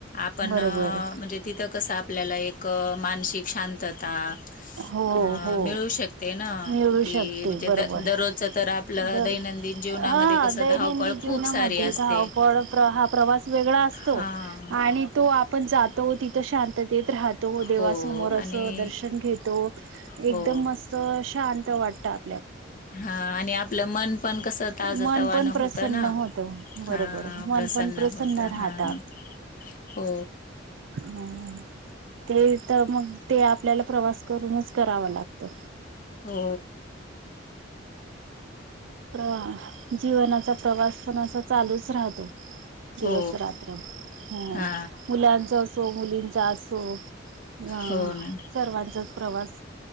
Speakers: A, on the left; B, on the right.
A: आपण
B: बरोबर
A: म्हणजे, तिथं कस आपल्याला एक मानसिक शांतता,
B: हो
A: अं
B: हो
A: मिळू शक ते नं
B: मिळू
A: की
B: शकते
A: म्हणजे
B: बरोबर
A: द दररोजच तर आपलं
B: बर
A: दैनंदिन जीवनामध्ये
B: हा
A: कसं
B: दैनंदिन
A: धावपळ
B: जीवनामध्ये
A: खूप सारी असते.
B: धावपळ हा प्रवास वेगळा असतो
A: हां.
B: आणि तो आपण जात तो तिथं शांततेत राहतो, देवासमोर
A: हो
B: असं
A: आणि
B: दर्शन घेत तो
A: हो.
B: एकदम मस्त शांत वाटतात.
A: हां आणि आपलं मन मन कसं ताजतवान
B: मन पण प्रसन्न
A: होतं ना,
B: होत बरोबर
A: हां
B: मन
A: प्रसन्न
B: पण
A: होत
B: राहत
A: हां. हो..
B: रिकामा ऑडिओ ते तर मग ते आपल्याला प्रवास करूनच करावा लागतं.
A: हो.
B: प्रवाह जीवनाचा प्रवास पण असा चालूच राहतो. दिवस
A: हो
B: रात्र हं
A: हा
B: मुलांचा असो. मुलींचा असो, हं
A: हो ना
B: सर्वांचाच प्रवास